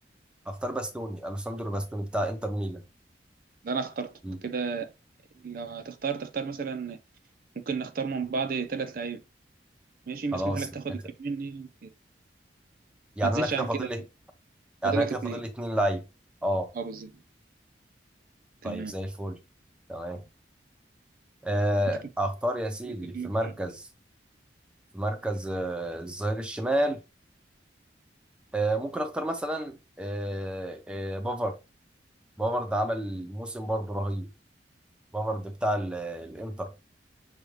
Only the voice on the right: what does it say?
ده انا اخترته
كده لو هتختار تختار مثلا ممكن نختار من بعض ثلاث لعيبه ماشي مسموح
لك تاخد
لعيب مني
ما تزيدش
عن
كده
فاضل
لك
اتنين
اه بالظبط تمام
انت كده
كده فاضل
لك
اتنين.